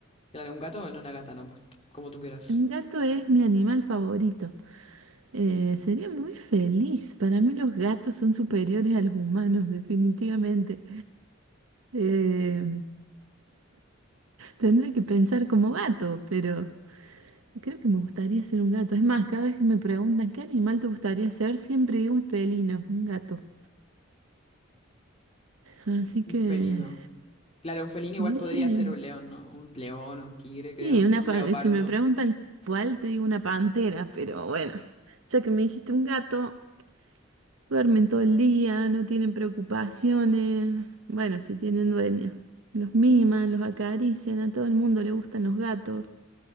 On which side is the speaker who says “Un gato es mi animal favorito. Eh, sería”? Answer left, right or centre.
Right